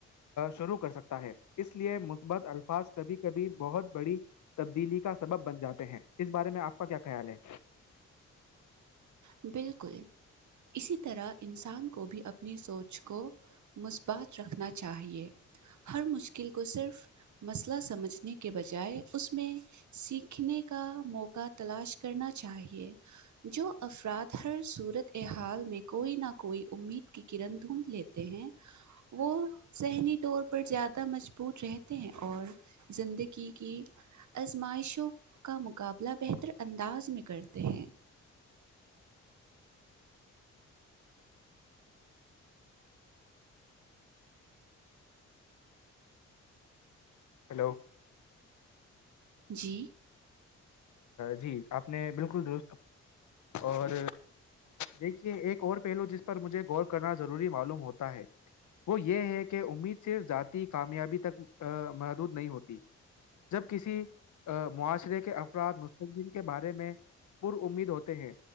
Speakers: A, on the left; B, on the right.
A: شروع کر سکتا ہے اس لیے مثبت الفاظ کبھی کبھی بہت بڑی تبدیلی کا سبب بن جاتے ہیں اس بارے میں آپ کا کیا خیال ہے
B: بالکل اسی طرح انسان کو بھی اپنی سوچ کو مثبات رکھنا چاہیے ہر مشکل کو صرف مسئلہ سمجھنے کے بجائے اس میں سیکھنے کا موقع تلاش کرنا چاہیے جو افراد ہر صورت حال میں کوئی نہ کوئی امید کی کرن ڈھونڈ لیتے ہیں وہ ذہنی طور پر زیادہ مجبور رہتے ہیں اور زندگی کی آزمائشوں کا مقابلہ بہتر پطر انداز میں کرتے ہیں
A: ہیلو
B: جی
A: جی آپ نے بالکل درست اور دیکھیے ایک اور پہلو جس پر مجھے غور کرنا ضروری معلوم ہوتا ہے وہ یہ ہے کہ امید صرف ذاتی کامیابی تک محدود نہیں ہوتی جب کسی معاشرے کے افراد مستقین کے بارے میں پر امید ہوتے ہیں